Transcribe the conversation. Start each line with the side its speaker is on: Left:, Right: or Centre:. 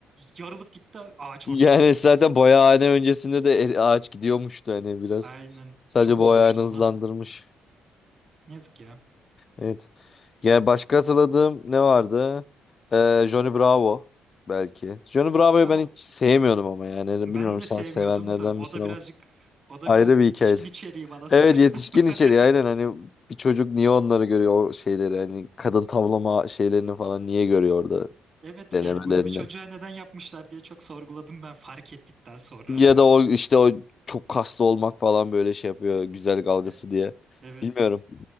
Right: yarılıp gitti ağaç
Left: Yani
Right: ortadan.
Left: zaten boyahane öncesinde de e- ağaç gidiyormuştu hani biraz.
Right: Aynen.
Left: Sadece
Right: Çok
Left: boyahane
Right: üzülmüştüm
Left: hızlandırmış.
Right: ona. Ne yazık ya.
Left: Evet. Yani başka hatırladığım ne vardı? Ee, Johnny Bravo belki. Johnny Bravo'yu
Right: Abi
Left: ben hiç sevmiyordum ama yani. Hani
Right: ben
Left: Bilmiyorum
Right: de
Left: sen
Right: sevmiyordum
Left: sevenlerden
Right: da o
Left: misin
Right: da
Left: ama.
Right: birazcık o da
Left: Ayrı
Right: birazcık
Left: bir
Right: yetişkin
Left: hikayeydi.
Right: içeriği bana sorarsan.
Left: Evet yetişkin içeriği
Right: <laughs>
Left: aynen hani bir çocuk niye onları görüyor o şeyleri hani kadın tavlama şeylerini falan niye görüyor orada
Right: Evet
Left: denemelerini.
Right: yani bunu bir çocuğa neden yapmışlar diye çok sorguladım ben fark ettikten sonra.
Left: Ya da o işte o çok kaslı olmak falan böyle şey yapıyor güzellik
Right: <laughs>
Left: algısı
Right: E-
Left: diye.
Right: Evet.
Left: Bilmiyorum.